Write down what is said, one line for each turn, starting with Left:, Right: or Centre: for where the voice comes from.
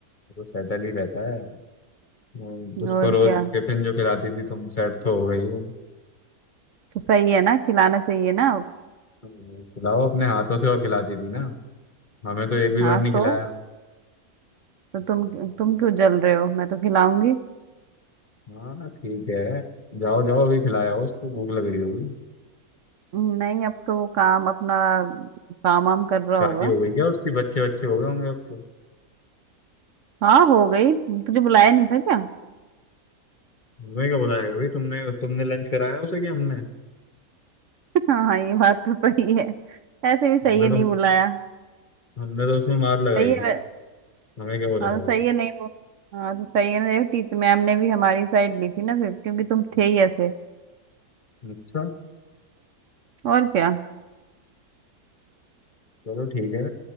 Left: वो सेटल ही रहता है हम्म, उसको
Right: और
Left: रोज
Right: क्या
Left: टिफिन जो खिलाती थी तुम सेट तो हो गई वो
Right: तो सही है ना खिलाना चाहिए ना
Left: हम्म, खिलाओ अपने हाथों से और खिलाती थी ना हमें तो एक भी
Right: हाँ
Left: बार नहीं
Right: तो
Left: खिलाया
Right: तो तुम तुम क्यों जल रहे हो मैं तो खिलाऊंगी
Left: हाँ ठीक है जाओ जाओ अभी खिलाया उसको भूख लग रही होगी
Right: नहीं अब तो वो काम अपना काम वाम कर रहा
Left: शादी
Right: होगा
Left: हो गई क्या उसकी बच्चे बच्चे हो गए होंगे अब तो
Right: हाँ हो गई तुझे बुलाया नहीं था क्या <laughs>
Left: तुम्हें क्या बुलाएगा भाई तुमने तुमने लंच कराया उसे कि हमने
Right: हाँ हाँ ये बात तो सही है ऐसे भी सही
Left: हमने
Right: है नहीं
Left: तो
Right: बुलाया
Left: हमने तो उसमें मार लगाई
Right: सही
Left: थी
Right: है
Left: हमें क्या बुलाया
Right: हाँ
Left: वो?
Right: तो सही है नहीं वो हाँ तो सही है ना देखो, टीचर मैम ने भी हमारी साइड ली थी ना फिर क्योंकि तुम थे ही ऐसे
Left: अच्छा
Right: और क्या
Left: चलो ठीक है